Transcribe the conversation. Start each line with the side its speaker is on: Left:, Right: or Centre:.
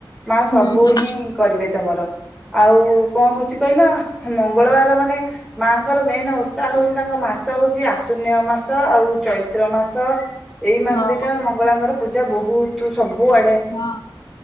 Centre: ମା ସବୁ
Left: ହୁଁ ହୁଁ
Centre: ହିଁ କରିବେ ତମର ଆଉ କଣ କଣ ହଉଛି କହିଲ ମଙ୍ଗଳବାର ମାନେ ମାଆଙ୍କର ମେନ୍ ଓଷା ହଉଛି ତାଙ୍କ ମାସ ହଉଛି ଆଶ୍ୱିନ ମାସ ଆଉ ଚୈତ୍ର। ଚୈତ୍ର ମାସ ଏଇ ମାସ
Left: ହଁ।
Centre: ଦିଟା ମଙ୍ଗଳାଙ୍କର ପୂଜା ବହୁତ ସବୁଆ
Left: ହଁ